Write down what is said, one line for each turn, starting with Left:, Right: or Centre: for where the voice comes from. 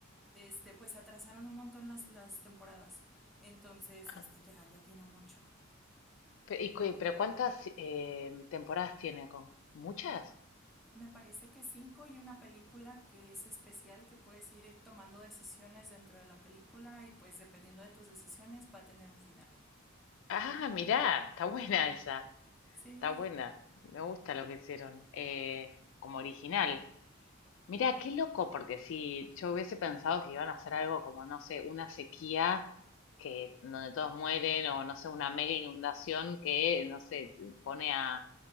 Centre: este, pues se atrasaron un montón las, las temporadas. Entonces,
Left: Ah,
Centre: este, ya, ya tiene mucho.
Left: pe- y cu- pero ¿cuántas eh, temporadas tiene con? ¿Muchas?
Centre: Me parece que cinco y una película que es especial, que puedes ir eh, tomando decisiones dentro de la película y pues dependiendo de tus decisiones va a tener un final.
Left: Ah, mirá, está buena esa,
Centre: Sí,
Left: está buena, me gusta lo que hicieron, eh, como original. Mira, qué loco, porque si yo hubiese pensado que iban a hacer algo como, no sé, una sequía que donde todos mueren o no sé, una mega inundación que, no sé, pone a